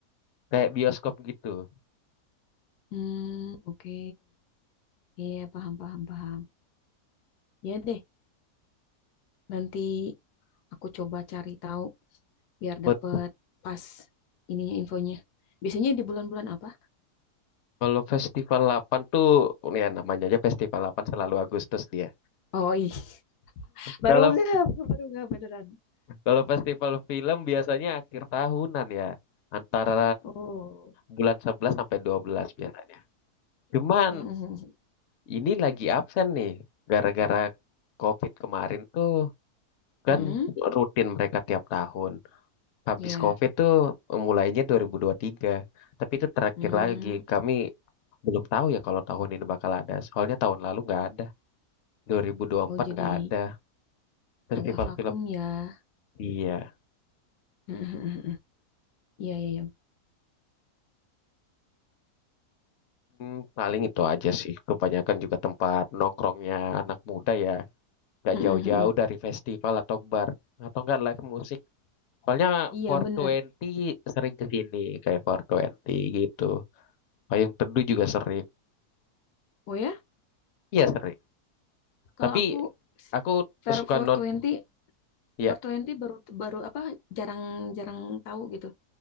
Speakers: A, on the left; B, on the left.
A: kayak bioskop gitu.
B: Hmm, oke. Iya, paham, paham, paham. Ya deh, nanti aku coba cari tahu biar
A: Buat
B: dapet pas ininya infonya. Biasanya di bulan-bulan apa?
A: kalau festival 8 tuh, ya namanya aja festival 8 selalu Agustus dia.
B: Oh, iya. Baru
A: Kalau
B: nggak <laughs> baru nggak beneran.
A: kalau festival film biasanya akhir tahunan ya, antara
B: Oh.
A: bulan 11 sampai 12 biasanya. Cuman
B: <laughs> Mm-mm.
A: ini lagi absen nih, gara-gara COVID kemarin tuh. kan
B: Mm-mm.
A: rutin mereka tiap tahun. Habis
B: Ya.
A: COVID tuh mulainya dua ribu dua ribu tiga, tapi itu terakhir
B: Hmm.
A: lagi. Kami belum tahu ya kalau tahun ini bakal ada. Soalnya tahun lalu nggak ada, dua ribu dua ribu
B: Oh,
A: empat
B: jadi
A: nggak ada festival
B: agak vakum
A: film.
B: ya. <laughs>
A: Iya,
B: Mm-mm. Iya, iya, iya. <laughs>
A: Hmm, paling itu aja sih. Kebanyakan juga tempat nongkrongnya anak muda ya, nggak
B: Mm-mm.
A: jauh-jauh dari festival atau bar atau nggak live musik. Soalnya
B: Iya,
A: four
B: bener.
A: Twenty sering ke sini kayak four Twenty gitu. Payung Teduh juga sering.
B: Oh ya,
A: Iya sering.
B: kalau
A: Tapi
B: aku s-
A: aku
B: Fair
A: suka
B: 420,
A: non
B: twenty
A: ya
B: four twenty baru baru apa jarang-jarang tahu gitu.